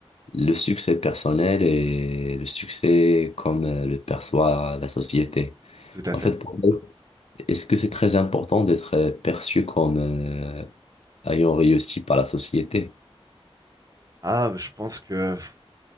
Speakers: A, on the left (about 75°); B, on the right (about 35°).
A: le succès personnel et le succès comme euh, le perçoit la société.
B: Tout à
A: En
B: fait.
A: fait, pour- toi, Est-ce que c'est très important d'être euh, perçu comme euh, ayant réussi par la société?
B: Ah, je pense que pff,